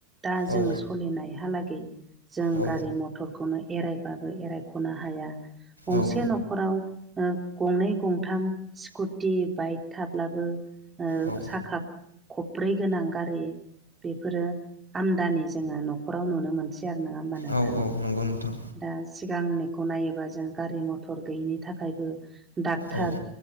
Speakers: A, on the right (about 15°); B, on the right (about 85°).
A: दा जों
B: औ
A: सलिनायहालागै जों
B: औ
A: गारि मथरखौनो एरायबाबो एरायख'नो हाया। गंसे
B: औ
A: न'खराव गंनै गंथाम स्कुटि बाइक थाब्लाबो
B: औ
A: साखा खब्रै गोनां गारि बेफोरो आमदानि जोङो न'खराव नुनो मोनसै आरो नङा होमबा नोंथां।
B: औ नंगौ नोंथां
A: दा सिगांनिखौ नायोबा जों गारि मथर गैयिनि थाखायबो डक्टर
B: औ